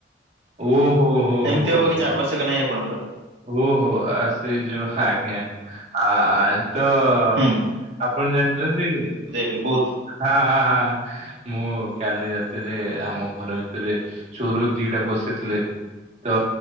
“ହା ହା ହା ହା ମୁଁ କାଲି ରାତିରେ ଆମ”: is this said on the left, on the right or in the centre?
Right